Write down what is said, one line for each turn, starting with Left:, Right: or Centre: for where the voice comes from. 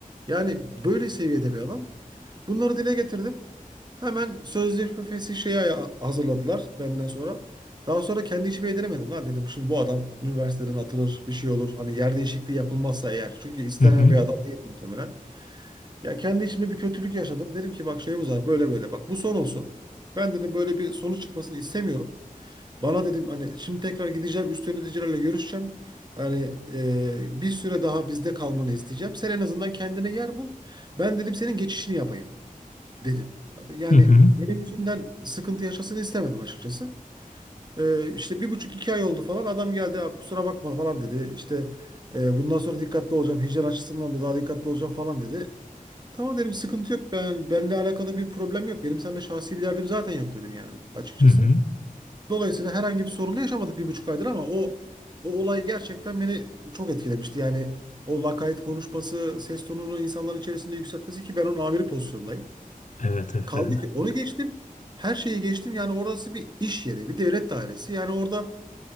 Right: Yani böyle seviyede bir adam. Bunları dile getirdim. Hemen sözleşmesi şeyi aya- hazırladılar benden sonra. Daha sonra kendi içime yediremedim lan dedim. Şimdi bu adam üniversiteden atılır bir şey olur. Hani yer değişikliği yapılmazsa eğer. Çünkü istenen
Left: Hı hı.
Right: bir adam değil muhtemelen. Ya kendi içimde bir kötülük yaşadım. Dedim ki bak şeyimiz var böyle böyle bak bu son olsun. Ben dedim böyle bir sonuç çıkmasını istemiyorum. Bana dedim hani şimdi tekrar gideceğim üst yöneticilerle görüşeceğim. Hani e, bir süre daha bizde kalmanı isteyeceğim. Sen en azından kendine yer bul. Ben dedim senin geçişini yapayım dedim. Yani
Left: Hı hı.
Right: benim yüzümden sıkıntı yaşasını istemedim açıkçası. Ee, işte bir buçuk iki ay oldu falan. Adam geldi abi kusura bakma falan dedi. İşte "E, bundan sonra dikkatli olacağım. Hijyen açısından da daha dikkatli olacağım falan dedi. Tamam dedim sıkıntı yok. Ben benimle alakalı bir problem yok. Benim seninle şahsi bir derdim zaten yok dedim yani açıkçası.
Left: Hı hı.
Right: Dolayısıyla herhangi bir sorunla yaşamadık bir buçuk aydır ama o o olay gerçekten beni çok etkilemişti. Yani o lakayt konuşması, ses tonunu insanların içerisinde yükseltmesi ki ben onun amiri pozisyondayım.
Left: Evet evet
Right: Kaldı
Left: evet.
Right: ki onu geçtim. Her şeyi geçtim. Yani orası bir iş yeri, bir devlet dairesi. Yani orada